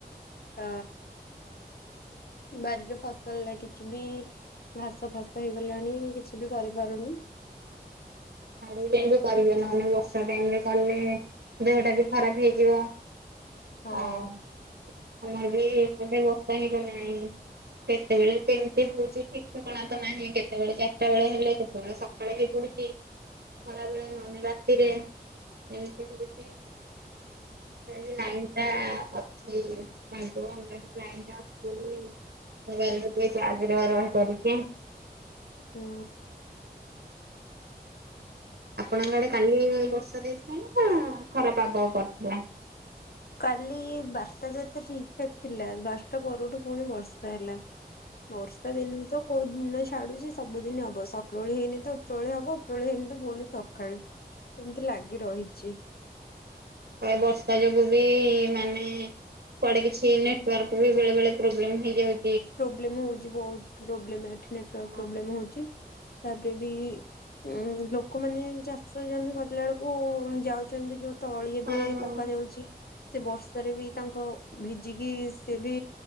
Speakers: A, on the left (about 70°); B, on the right (about 85°).
A: ହ ବାରିରେ ଫସଲ କିଛି ବି। ଘାସ ଫାସ ହେଇଗଲାଣି କିଛି ବି କରିପାରୁନି।
B: ଛାଇ ଟାଇମ ବି କରିବେ ନହେଲେ ବର୍ଷା ଟାଇମରେ କଲେ ଦେହଟା ବି ଖରାପ ହେଇଯିବ।
A: ହଁ।
B: ଆଉ ଆମର ବି ଏପଟେ ଘଣ୍ଟେବର୍ଷା ହେଇଗଲାଣି। କେତେବେଳେ କେମିତି ହଉଛି ଠିକ ଠିକଣା ତ ନାହିଁ କେତେବେଳେ ଚାରିଟା ବେଳେ ହେଲେ କେତେବେଳେ ସକାଳେ ବି ପଡୁ ଛି ଖରାବେଳେ ନହେଲେ ରାତିରେ ଏମିତି ହଉଛି। <unintelligible> ଲାଇନ୍ ଟା ଅଛି। <unintelligible> ଲାଇନ୍ ଟା ଅଛିବୋଲି ମୋବାଇଲରେ ଟିକେ ଚାର୍ଜରେ ରହିପାରଛି।
A: ହୁଁ।
B: ଆପଣଙ୍କ ଆଡେ କାଲି ବର୍ଷା ଦେଇଥିଲାନା ଖରା ପାଗ କରିଥିଲା?
A: କାଲି ବାରଟା ଯେତେ ଠିକ ଠାକ ଥିଲା ବାରଟା ପରଠୁ ପୁଣି ବର୍ଷା ହେଲା। ବର୍ଷା ଦିନ ତ କୋଉ ଦିନ ଛାଡୁଛି ସବୁଦିନ ହବ ସକରଓଳି ହେଇନି ତ ଉପରଓଳି ହବ ଉପରଓଳି ହେଇନି ତ ପୁଣିି ସକାଳେ। ସେମିତି ଲାଗି ରହିଛି।
B: କାଇଁ ବର୍ଷା ଯୋଗୁ ବି ମାନେ କୁଆଡେ କିଛି ନେଟୱାର୍କ ବି ବେଳେ ବଳେ ପ୍ରୋବ୍ଲେମ ହେଇଯାଉ
A: ପ୍ରୋବ୍ଲେମ ହଉଛି ବହୁତ ପ୍ରୋବ୍ଲେମ୍ ଏଠି ନେଟୱର୍କ
B: ହଁ
A: ପ୍ରୋବ୍ଲେମ ହଉଛି ତାପରେ ବି ଉଁ ଲୋକମାନେ ଚାଷ ଜମି କରିଲା ବେଳକୁ ଯାଉଛନ୍ତି ଯୋଉ ତଳି ଏବେ
B: ହୁଁ।
A: ପକା ଯାଉଛି ସେ ବର୍ଷାରେ ବି ତାଙ୍କ ଭିଜିକି ସେ ବି